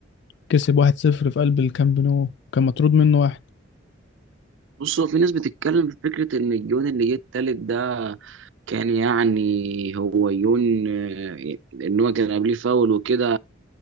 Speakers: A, on the left; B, on the right.
A: كسب 1-0 في قلب الكامب نو وكان مطرود منه واحد
B: بص هو في ناس بتتكلم في فكره ان الجون اللي جه التالت ده كان يعني هو يون آه، ان هو كان قبليه فاول وكده